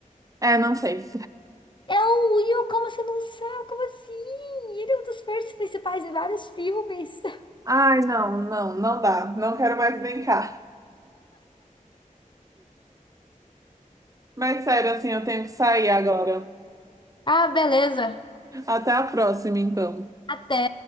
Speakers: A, on the right (about 25°); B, on the left (about 35°).
A: É, não sei.
B: É o Will, como você não sabe? Como assim? Ele é um dos personagens principais em vários filmes. <laughs>
A: Ai, não, não, não dá. Não quero mais brincar. Mas sério, assim, eu tenho que sair agora.
B: Ah, beleza.
A: Até a próxima, então.
B: Até.